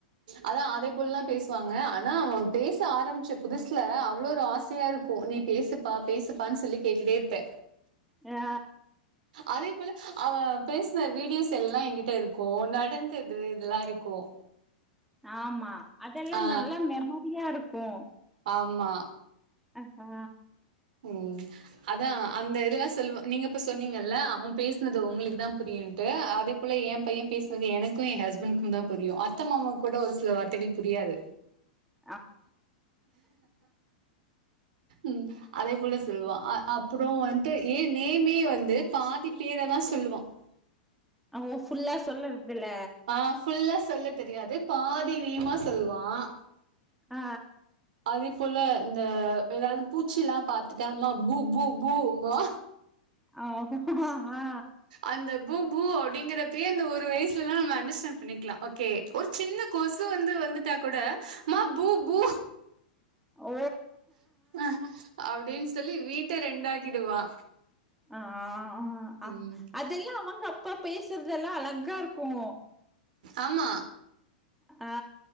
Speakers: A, on the right (about 70°); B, in the centre.
A: அதான் அதே போல்லா பேசுவாங்க ஆனா அவ பேச ஆரம்பிச்ச புதுசுல அவ்ளோ ஒரு ஆசையா இருக்கும் நீ பேசுப்பா பேசுப்பான்னு சொல்லி கேட்டுட்டே இருப்பே
B: ஆ
A: அதே போல அவ பேசுன வீடியோஸ் எல்லா எங்கிட்ட இருக்கோம் நடந்தது இதெல்லாருக்கோம்
B: ஆமா அதெல்லா
A: ஆ
B: நல்லா மெமரியா இருக்கோம்
A: ஆமா
B: அ ஆ
A: ம் அதான் அந்த இதெல்லா செய்வ நீங்க இப்ப சொன்னீங்கல்ல அவன் பேசுனது உங்களுக்கு தா புரியும்ட்டு அத ள்ள என் பையன் பேசினது எனக்கும் என் ஹஸ்பண்டுக்கும் தா புரியும் அத்த மாமாவுக்கு கூட ஒரு சில வார்த்தைகள் புரியாது
B: <inaudible>
A: ம் அதே போல சொல்வான் அப்றம் வந்துட்டு ஏன் நேமே வந்து பாதி பேர தா சொல்லுவான்
B: அவன் ஃபுல்லா சொல்றதுல
A: ஆ ஃபுல்லா சொல்ல தெரியாது பாதி நேமா சொல்வான்
B: ஆ
A: அதே போல இந்த ஏதாவது பூச்சில்லாம் பாத்துட்டானா பூ பூ பூ ன்பா
B: அவே <unintelligible> ஆ
A: அந்த பூ பூ அப்டிங்கறப்பியே அந்த ஒரு வயசுலல்லா நம்ம அண்டர்ஸ்டாண்ட் பண்ணிக்கலாம் ஓகே ஒரு சின்ன கொசு வந்து வந்துட்டா கூட மா பூ பூ
B: ஓ
A: அ அப்டின்னு சொல்லி வீட்ட ரெண்டாக்கிடுவான்
B: ஆ
A: ம்
B: அதெல்லா அவங்க அப்பா பேசுறதெல்லா அழகா இருக்கும்
A: ஆமா
B: ஆ